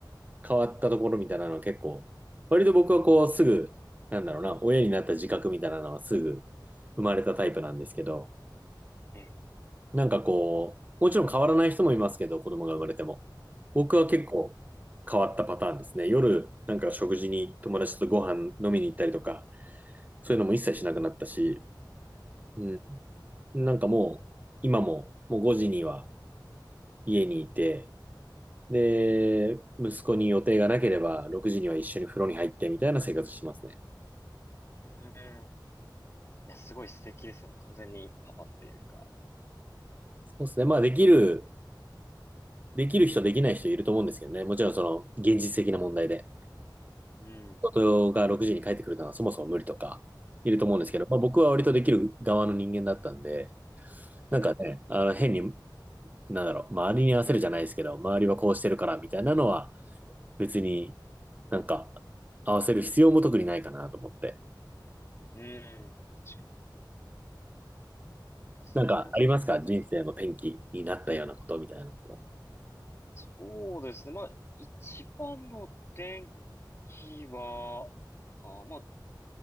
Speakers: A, on the right (about 20°); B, on the left (about 35°).
A: 変わったところみたいなのは結構、割と僕はこうすぐ、なんだろうな、親になった自覚みたいなのはすぐ生まれたタイプなんですけど、
B: ね。
A: なんかこう、もちろん変わらない人もいますけど、子供が生まれても。僕は結構
B: ええ、ええ、
A: 変わったパターンですね。夜、なんか食事に友達とご飯飲みに行ったりとか、そういうのも一切しなくなったし、
B: う
A: うん。なんかもう、今ももう5時には家にいて、で、息子に予定がなければ、6時には一緒に風呂に入ってみたいな生活してますね。
B: ーん、うーん。いや、すごい素敵ですね。もう完全にパパっていうか。
A: そうですね。まあ、できる、できる人、できない人いると思うんですけどね。もちろん、その、現実的な問題で。
B: うん、
A: 夫が6時に帰ってくるのはそもそも無理とか、いると思うんですけど、
B: うん、
A: まあ、僕は割とできる側の人間だったんで、なんかね、
B: え
A: あの、変に、なんだろう、周りに合わせるじゃないですけど、周りはこうしてるから、みたいなのは、別になんか、合わせる必要も特にないかなと思って。
B: え、うん。確かに素敵な経験。
A: なんか、ありますか人生の転機になったようなことみたいなこと。
B: そうですね。まあ、一番の転機は、あ、まあ、